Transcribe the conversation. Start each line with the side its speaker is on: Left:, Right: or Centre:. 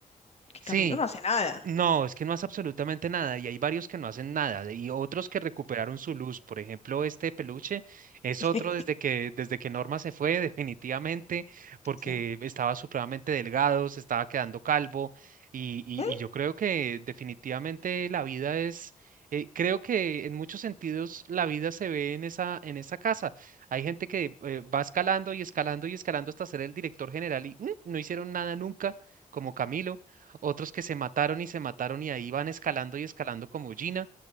Left: que
Right: Sí,
Left: Camilo no hace nada.
Right: No,
Left: <laughs>
Right: es que no hace absolutamente nada y hay varios que no hacen nada y otros que recuperaron su luz. Por ejemplo, este peluche es
Left: Sí,
Right: otro desde que, desde que Norma se fue <laughs> definitivamente porque
Left: sí.
Right: estaba supremamente delgado, se estaba quedando calvo y, y-
Left: ¿Mm?
Right: y yo creo que definitivamente la vida es, eh, creo que en muchos sentidos la vida se ve en esa, en esa casa. Hay gente que eh, va escalando y escalando y escalando hasta ser el director general y mm, no hicieron nada nunca, como Camilo otros que se mataron y se mataron y ahí van escalando y escalando como Gina,